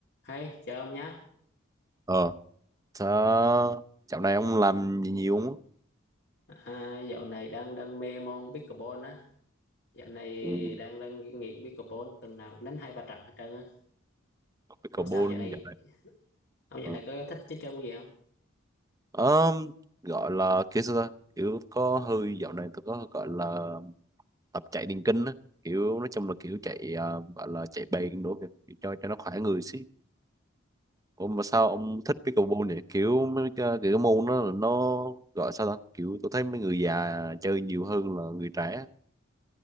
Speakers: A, on the left; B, on the right.
A: Hey, chào ông nhé.
B: ờ sao dạo này ông làm gì nhiều không á
A: À, dạo này đang đang mê môn pickleball á. Dạo này
B: Ừ.
A: đang đang nghiện pickleball, tuần nào cũng đánh hai ba trận hết trơn á.
B: Pickleball
A: Ông sao dạo này?
B: dạo này
A: Ông dạo
B: ờ
A: này có thích chơi chơi môn gì không?
B: Ờm, gọi là kia sao ta kiểu có hơi dạo này tôi có gọi là tập chạy điền kinh á kiểu nói chung là kiểu chạy à, gọi là chạy bền nữa kìa kiểu cho cho nó khỏe người xí Ủa mà sao ông thích pickleball vậy kiểu mấy cái, cái môn đó là nó gọi sao ta kiểu tôi thấy mấy người già chơi nhiều hơn là người trẻ